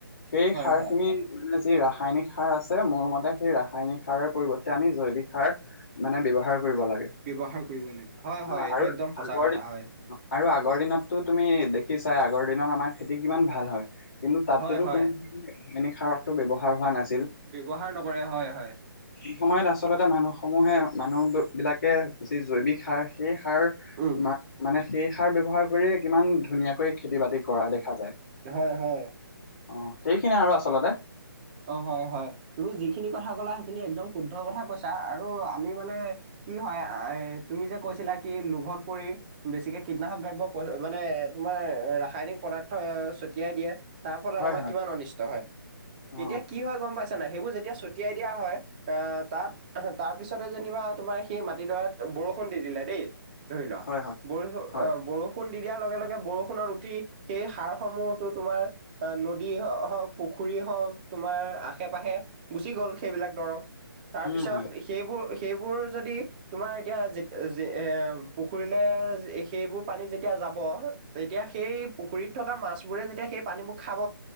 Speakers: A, on the left; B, on the right.
A: সেই
B: হয়
A: সাৰ
B: হয়,
A: খিনি মানে যি ৰাসায়নিক সাৰ আছে মোৰ মতে সেই ৰাসায়নিক সাৰৰ পৰিৱৰ্তে, আমি জৈৱিক সাৰ মানে ব্যৱহাৰ কৰিব লাগে
B: ব্যৱহাৰ কৰিব লাগে হয়, হয়।
A: অ
B: এইটো
A: আৰু
B: একদম সঁচা
A: আগৰ
B: কথা
A: দিন
B: হয়।
A: আৰু আগৰ দিনতটো তুমি দেখিছা চাই আগৰ দিনত আমাৰ খেতি কিমান ভাল হয়, কিন্তু তাততো
B: হয়
A: তো
B: হয়,
A: কোনো <unintelligible> সাৰকতো ব্যৱহাৰ হোৱা নাছ
B: ব্যৱহাৰ নকৰে হয়, হয়।
A: সেই সময়ত আচলতে মানুহ সমূহে, মানুহ বি বিলাকে যি জৈৱিক সাৰ সেই সাৰ
B: উম,
A: মা-মানে সেই সাৰ ব্যৱহাৰ কৰিয়েই কিমান ধুনীয়াকৈ খেতি বাতি কৰা দেখা যায়।
B: হয় হয়।
A: অ, সেইখিনিয়ে আৰু আচলতে।
B: অ, হয়, হয়। তুমি যিখিনি কথা কলা সেইখিনি একদম শুদ্ধ কথা কৈছা আৰু আমি মানে কি হয় আ এ তুমি যে কৈছিলা কি লোভত পৰি বেছিকে কীটনাশক দ্ৰব্য <unintelligible> মানে তোমাৰ ৰাসায়নিক পদাৰ্থ ছটিয়াই দিয়ে। তাৰ ফলত
A: হয়
B: আমাৰ
A: হয়
B: কিমান অনিষ্ট হয়। তেতিয়া
A: অ
B: কি হয় গম পাইছা নাই? সেইবোৰ যেতিয়া ছতিয়াই দিয়া হয়, এ তাত, তাৰ পিছতে যেনিবা তোমাৰ সেই মাটিডৰাত ব'ৰ' ষুণ দি দিলে দেই। ধৰি লোৱা,
A: হয় হয়
B: বৰিষ অ,
A: হয়
B: বৰষুণ দি দিয়াৰ লগে লগে বৰষুণত উটি, সেই সাৰ সমূহতো তোমাৰ নদী হওঁক, পুখুৰী হওঁক তোমাৰ আশে পাশে গুচি গ'ল সেইবিলাক দৰৱ। তাৰ
A: উম
B: পিছত
A: হয়
B: সেইবোৰ সেইবোৰ যদি তোমাৰ এতিয়া যেত যে এ ও পুখুৰীলে য সেইবোৰ পানী যেতিয়া যাব তেতিয়া সেই পুখুৰীত থকা মাছ বোৰে যেতিয়া, সেই পানীবোৰ খাব।